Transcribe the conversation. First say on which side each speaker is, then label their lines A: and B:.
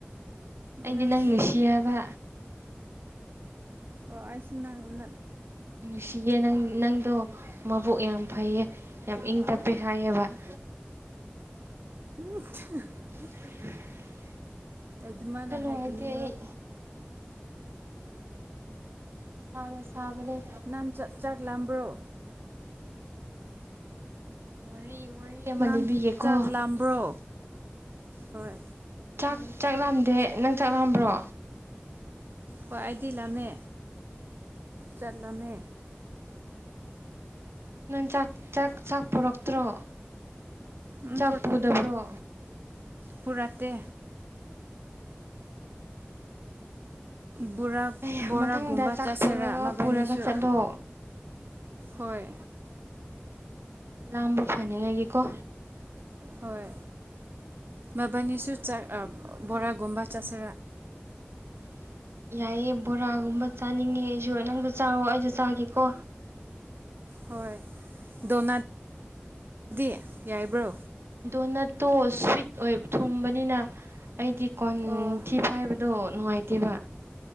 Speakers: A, on the right; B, on the right.
A: ꯑꯩꯗꯤ
B: ꯅꯪꯁꯨ
A: ꯅꯪ ꯈꯨꯁꯤꯤꯕ
B: ꯑꯣ ꯑꯥꯏꯁꯤꯡ ꯅꯉꯅ
A: ꯅꯨꯡꯁꯤꯌꯦ ꯅꯪ ꯅꯪꯗꯣ ꯃꯕꯣꯛ ꯌꯥꯝ ꯐꯩꯌꯦ ꯌꯥꯝ ꯏꯪ ꯇꯞꯄꯦ ꯍꯥꯏꯑꯕ <inaudible>
B: ꯎ
A: <inaudible>
B: ꯑꯗꯨꯃꯥꯏꯅ
A: ꯋꯥꯈꯜ ꯅꯨꯡꯉꯥꯏꯇꯦ
B: ꯍꯥꯏꯒꯅꯨ
A: ꯑꯩ ꯁꯅ ꯁꯥꯕꯅ
B: ꯅꯥꯟꯆꯠ ꯆꯥꯛ ꯂꯥꯕ꯭ꯔꯣ
A: ꯋꯥꯔꯤ ꯋꯥꯔꯤ ꯑꯃ
B: ꯅꯪ
A: ꯂꯤꯕꯤꯒꯦꯀꯣ
B: ꯆꯥꯛ ꯂꯥꯝꯕ꯭ꯔꯣ ꯍꯣꯏ
A: ꯉꯍꯥꯛ ꯆꯥꯛꯂꯝꯝꯗꯦ ꯅꯪ ꯆꯥꯛꯂꯝꯂꯝꯕ꯭ꯔꯣ
B: ꯀꯏꯗꯤꯂꯝꯃꯦ ꯆꯠꯂꯝꯃꯦ
A: ꯅꯪ ꯆꯥꯛ ꯆꯥꯛ ꯆꯥꯛ ꯄꯨꯔꯛꯇ꯭ꯔꯣ
B: ꯎꯝ
A: ꯆꯥꯛ ꯄꯨꯗꯕ꯭ꯔꯣ
B: ꯄꯨꯔꯠꯇ ꯕꯣꯔꯥ
A: ꯑꯩ
B: ꯕꯣꯔꯥꯒꯨꯝꯕ
A: ꯃꯊꯪꯗ ꯆꯥꯛ
B: ꯆꯥꯁꯤꯔꯥ
A: ꯄꯨꯔꯒ
B: ꯃꯕꯥꯅꯤꯁꯨ
A: ꯄꯨꯔꯒ ꯆꯠꯂꯣ
B: ꯍꯣꯏ
A: ꯂꯃꯣ ꯐ ꯂꯀ
B: ꯍꯣꯏ ꯃꯕꯥꯅꯤꯁꯨ ꯕꯣꯔꯥꯒꯨꯝꯕꯥ ꯆꯥꯁꯥ
A: <inaudible> ꯌꯥꯏꯑꯦ ꯕꯣꯔꯥꯒꯨꯝꯕ ꯆꯥꯅꯤꯡꯉꯦ ꯑꯩꯁꯨ ꯅꯪꯁꯨ ꯆꯥꯔꯣ ꯑꯩꯁꯨ ꯆꯥꯒꯦꯀꯣ
B: ꯍꯣꯏ ꯗꯣꯅꯗꯤ ꯌꯥꯏꯕ꯭ꯔꯣ
A: ꯗꯣꯅꯠꯇꯣ ꯁ꯭ꯋꯤꯠ ꯑꯣꯏꯕ ꯊꯨꯝꯕꯅꯤꯅ ꯑꯩꯗꯤ ꯀꯣꯟꯊꯤ
B: ꯑꯣ
A: ꯐꯥꯏꯕꯗꯣ ꯑꯣ ꯅꯨꯡꯉꯥꯏꯇꯦꯕ